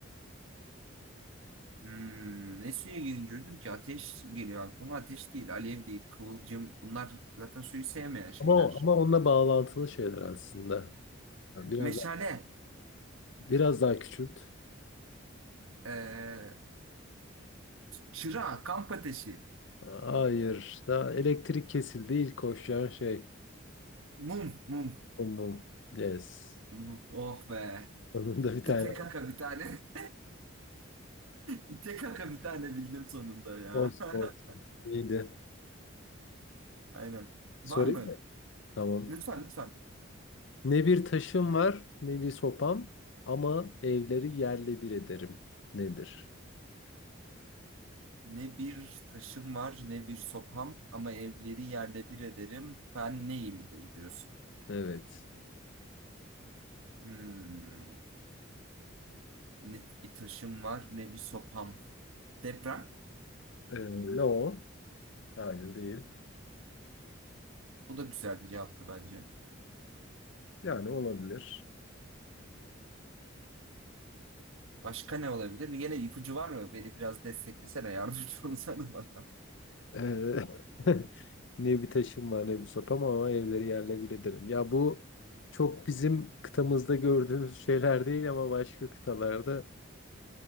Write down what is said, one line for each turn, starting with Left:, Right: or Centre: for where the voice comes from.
Right: Hmm. Ne suya girince ölür ki? Ateş geliyor aklıma. Ateş değil, alev değil, kıvılcım. Bunlar zaten suyu sevmeyen şeyler.
Left: Ama ama onunla bağlantılı şeyler aslında. Yani Biraz
Right: Meşale.
Left: biraz daha küçült.
Right: Ee, çıra, kamp ateşi.
Left: Hayır. Daha elektrik kesildi. İlk koşacağın şey.
Right: Mum, mum.
Left: Mum mum. Yes.
Right: Mum. Oh be.
Left: Sonunda bir tane.
Right: İte kaka bir tane. <laughs> İte kaka bir tane bildim sonunda ya.
Left: Olsun
Right: <laughs>
Left: olsun. İyiydi.
Right: Aynen.
Left: Sorayım
Right: Var mı?
Left: mı? Tamam.
Right: Lütfen lütfen.
Left: Ne bir taşım var ne bir sopam ama evleri yerle bir ederim. Nedir?
Right: Ne bir taşım var ne bir sopam ama evleri yerle bir ederim. Ben neyimdir diyorsun.
Left: Evet.
Right: Hmm. Ne bir taşım var ne bir sopam. Deprem.
Left: Ee, ne o? Hayır değil.
Right: Bu da güzel bir cevaptı bence.
Left: Yani olabilir.
Right: Başka ne olabilir? Bir gene ipucu var mı? Beni biraz desteklesene yardımcı <laughs> olsana bana.
Left: Eee, <laughs> ne bir taşım var ne bir sopam ama evleri yerle bir ederim. Ya bu çok bizim kıtamızda gördüğümüz şeyler değil ama başka kıtalarda.